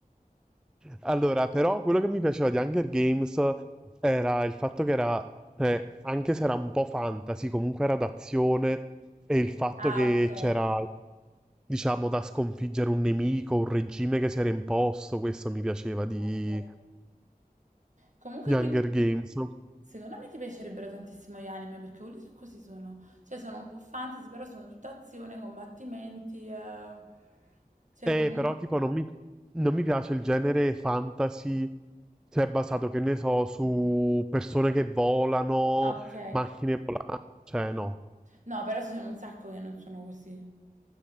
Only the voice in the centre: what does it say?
Allora, però quello che mi piaceva di Hunger Games era il fatto che era, cioè, anche se era un po' fantasy, comunque era d'azione e il fatto
che
c'era, diciamo, da sconfiggere un nemico, un regime che si era imposto, questo mi piaceva di,
di Hunger
Games.
Eh,
però tipo non mi, non mi piace il genere fantasy, cioè basato, che ne so, su persone che volano,
macchine volanti, cioè no,